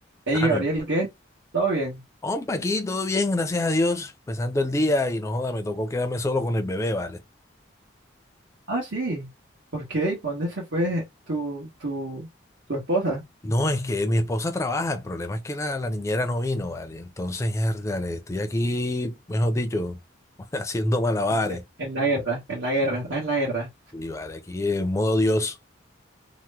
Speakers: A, on the right; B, on the left.
A: Hey,
B: Amigo,
A: Gabriel,
B: mío.
A: ¿qué? ¿Todo bien?
B: Hompa, aquí todo bien, gracias a Dios. Empezando el día y no joda, me tocó quedarme solo con el bebé, ¿vale?
A: Ah, sí. ¿Por qué? ¿Y pa' dónde se fue tu, tu, tu esposa?
B: No, es que mi esposa trabaja, el problema es que la, la niñera no vino, ¿vale? Entonces, dale, estoy aquí,
A: Eh,
B: mejor dicho, <laughs> haciendo malabares.
A: En, en en la guerra, en la guerra, estás en la guerra.
B: Y vale, aquí en modo Dios.